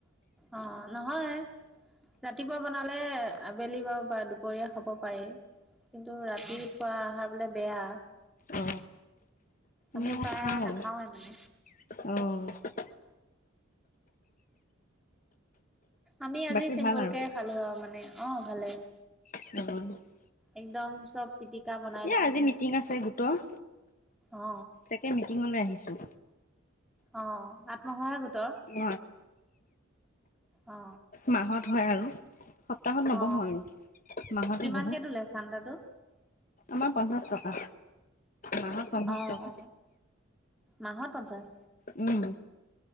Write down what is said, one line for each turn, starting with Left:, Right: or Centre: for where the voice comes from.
Centre: অ' নহয়। ৰাতিপুৱা বনালে আবেলি বাৰু বা দুপৰীয়া খাব পাৰি। কিন্তু ৰাতি খোৱা আহাৰ বোলে বেয়া।
Left: অ
Centre: আমি
Left: আকৌ
Centre: পায়ে
Left: খাওঁ
Centre: নাখাওৱে মানে।
Left: অ'।
Centre: আমি আজি
Left: বাকী
Centre: চিম্পুলকে
Left: ভাল আৰু
Centre: খালো আৰু মানে অ' ভালে
Left: অ'
Centre: একদম চব পিটিকা বন
Left: এ আজি মিটিং আছে গোটৰ
Centre: অ
Left: তাকে মিটিঙলৈ আহিছোঁ।
Centre: অ', আত্মসহে গোট?
Left: <inaudible>
Centre: অ
Left: মাহত হয় আৰু। সপ্তাহত নবহো
Centre: অ
Left: আৰু মাহতে
Centre: কিমানকে
Left: বহো।
Centre: তোলে চান্দাটো
Left: আমাৰ পঞ্চাশ টকা মাহত পঞ্চাশ
Centre: অ
Left: টকা।
Centre: অ মাহত পঞ্চাছ?
Left: উম,